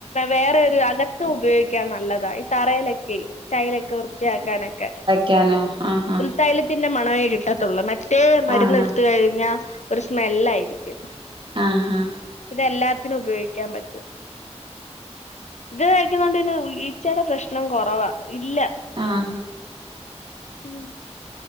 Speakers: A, on the left (about 80°); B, on the right (about 45°).
A: വേറെ ഒരു അകത്ത് ഉപയോഗിക്കാൻ നല്ലതാ ഈ തറയിലൊക്കെ ടൈൽ ഒക്കെ വൃത്തിയാക്കാനൊക്കെ
B: ക്യാനോ ആഹാ
A: തൈലത്തിന്റെ മണവേ കിട്ടത്തുള്ളൂ മറ്റേ മരുന്ന്
B: ആഹാ
A: എടുത്ത കഴിഞ്ഞാ ഒരു സ്മെല്ല ആയിരിക്കും
B: ആഹാ
A: ഇതെല്ലാത്തിനും ഉപയോഗിക്കാൻ പറ്റും ഇത് ഒഴിക്കുന്നോണ്ട് പിന്നെ ഈച്ചയുടെ പ്രശ്നം കുറവാ ഇല്ല.
B: ആഹ്
A: ഉം